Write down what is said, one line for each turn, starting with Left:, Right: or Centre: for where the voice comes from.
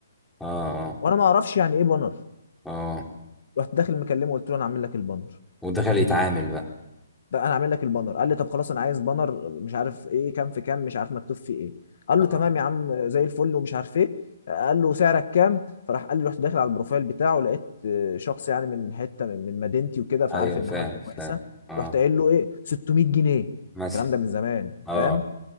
Centre: اه اه
Left: وانا ما اعرفش يعني ايه بانر
Centre: اه اه
Left: رحت داخل مكلمه قلت له انا اعمل لك البانر
Centre: ودخل يتعامل بقى
Left: بقى انا عامل لك البانر قال لي طب خلاص انا عايز بانر مش عارف ايه كام في كام مش عارف مكتوب فيه ايه قال
Centre: اه
Left: له
Centre: اه.
Left: تمام يا عم زي الفل ومش عارف ايه قال له سعرك كام فراح قال لي رحت داخل على البروفايل بتاعه لقيت آه، شخص يعني من حته من من مدينتي وكده فعارف
Centre: ايوه
Left: ان
Centre: فاهم
Left: حالته كويسه
Centre: فاهم اه
Left: رحت قايل له ايه 600 جنيه
Centre: مثلا
Left: الكلام ده من زمان
Centre: اه
Left: فاهم